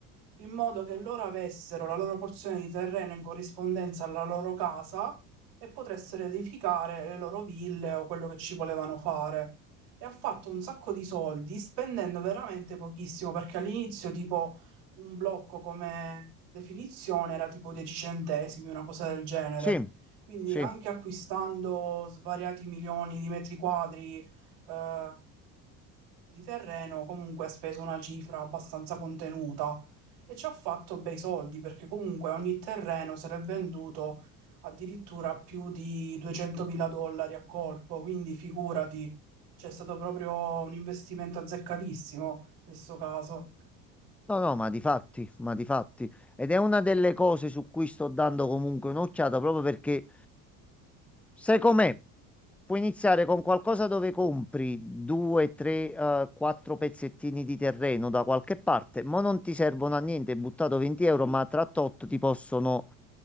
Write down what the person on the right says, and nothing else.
in modo che loro avessero la loro porzione di terreno in corrispondenza alla loro casa e potessero edificare le loro ville o quello che ci volevano fare. E ha fatto un sacco di soldi spendendo veramente pochissimo, perché all'inizio tipo un blocco come definizione era tipo 10 centesimi, una cosa del genere.
Quindi
anche acquistando svariati milioni di metri quadri, eh, di terreno, comunque ha speso una cifra abbastanza contenuta e ci ha fatto bei soldi perché comunque ogni terreno se l'è venduto addirittura più di 200.000 dollari a colpo, quindi figurati, c'è stato proprio un investimento azzeccatissimo nel suo caso.